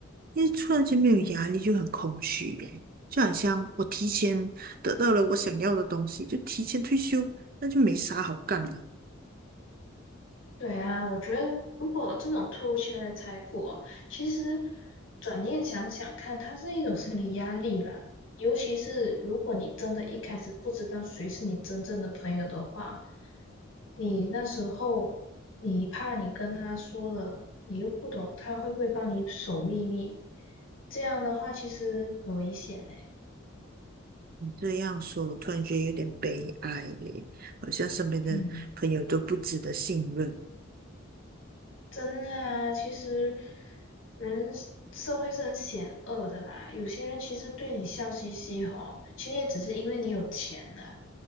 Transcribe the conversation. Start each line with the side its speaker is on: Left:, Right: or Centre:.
Right: 因为突然间没有压力就很空虚诶，
Left: 嗯。
Right: 就好像我提前得到了我想要的东西，就提前退休，那就没啥好干了。
Left: 对啊，我觉得如果这种突如其来的财富哦，其实转念想想看，它是一种心理压力啦。尤其是如果你真的一开始不知道谁是你真正的朋友的话，你那时候你怕你跟他说了，你又不懂他会不会帮你守秘密，这样的话其实很危险呢。
Right: 你这样说，我突然觉得有点悲哀嘞，好像身边的朋友都不值得信任。
Left: 嗯。真的啊，其实人是社会是很险恶的啦。有些人其实对你笑嘻嘻吼，其实也只是因为你有钱啦。